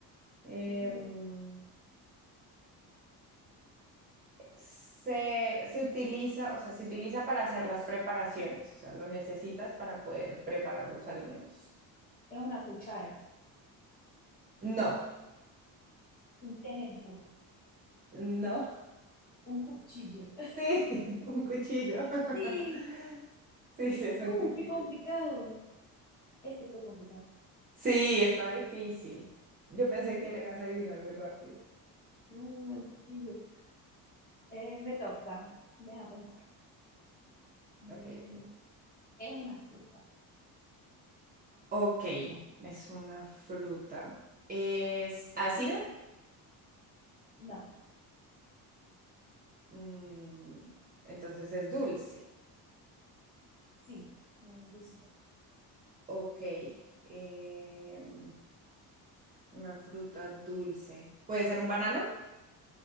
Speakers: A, on the right; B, on the left.
A: Em,
B: Uh,
A: Se, se utiliza, o sea, se utiliza para hacer las preparaciones, o sea, lo necesitas para poder preparar los alimentos.
B: es una cuchara,
A: No,
B: un tenedor,
A: no,
B: un cuchillo. <laughs>
A: sí, <laughs> un cuchillo. <laughs>
B: Sí,
A: Sí, sí, es un
B: uh,
A: cuchillo.
B: qué complicado. Este fue complicado.
A: Sí, estaba difícil. Yo pensé
B: Sí,
A: que la ibas a adivinar muy rápido.
B: uh, un cuchillo. Eh, me toca, deja pensar. Mm,
A: Ok, ok.
B: es una fruta.
A: Ok, es una fruta. ¿Es ácida?
B: No,
A: Mm, entonces es dulce.
B: sí, eh, dulce.
A: Ok. em, Una fruta dulce. ¿Puede ser un banano?